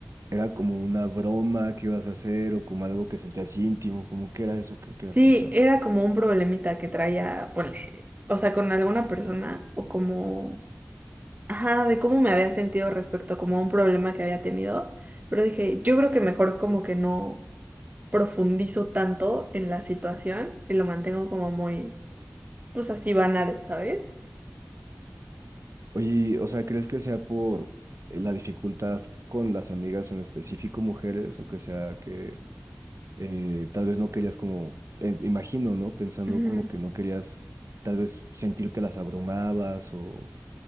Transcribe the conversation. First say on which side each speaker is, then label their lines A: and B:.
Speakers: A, on the right; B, on the right.
A: Era como una broma que ibas a hacer o como algo que sentías íntimo, como que era eso que querías
B: Sí,
A: contar.
B: era como un problemita que traía, ponle, o sea, con alguna persona o como ajá, de cómo me había sentido respecto como a un problema que había tenido, pero dije, yo creo que mejor como que no profundizo tanto en la situación y lo mantengo como muy, pues así banal, ¿sabes?
A: Oye, y, o sea, ¿crees que sea por eh, la dificultad con las amigas en específico mujeres o que sea que eh, tal vez no querías como, eh, imagino, ¿no? Pensando
B: Ujú,
A: como que no querías tal vez sentir que las abrumabas o,